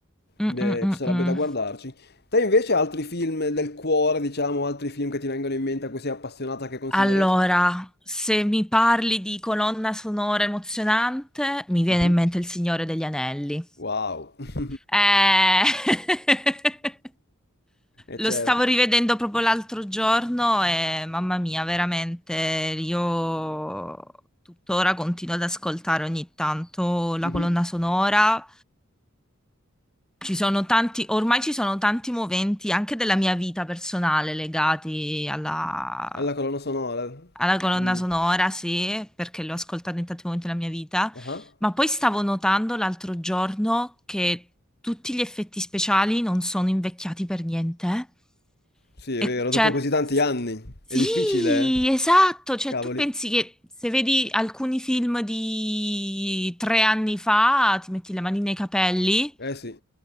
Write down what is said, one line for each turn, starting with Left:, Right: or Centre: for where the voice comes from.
Centre: mm,
Left: De-
Centre: mm, mm,
Left: ci sarebbe
Centre: mm.
Left: da guardarci. Te invece altri film del cuore, diciamo, altri film che ti vengono in mente a cui sei appassionata che consiglieresti?
Centre: Allora, se mi parli di colonna sonora emozionante, mi viene
Left: Mhm.
Centre: in mente Il Signore degli Anelli.
Left: Wow. <laughs>
Centre: Eh, <laughs>
Left: E
Centre: Lo
Left: certo.
Centre: stavo rivedendo proprio l'altro giorno e mamma mia, veramente, io tuttora continuo ad ascoltare ogni tanto la
Left: Mhm.
Centre: colonna sonora. Ci sono tanti, ormai ci sono tanti moventi anche della mia vita personale legati alla,
Left: È la colonna sonora
Centre: alla colonna
Left: di...
Centre: sonora, sì, perché l'ho ascoltata in tanti momenti della mia vita,
Left: Ah.
Centre: ma poi stavo notando l'altro giorno che tutti gli effetti speciali non sono invecchiati per niente.
Left: Sì, è
Centre: E
Left: vero,
Centre: cioè,
Left: dopo così tanti
Centre: s-
Left: anni.
Centre: sì,
Left: È difficile, eh?
Centre: esatto. Cioè,
Left: Cavoli.
Centre: tu pensi che se vedi alcuni film di tre anni fa, ti metti le mani nei capelli
Left: Eh sì.